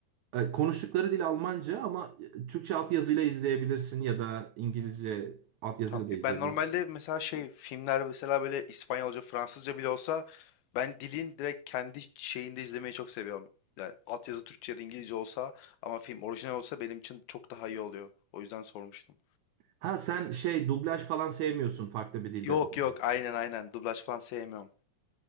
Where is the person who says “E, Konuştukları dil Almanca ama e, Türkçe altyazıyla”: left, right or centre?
Right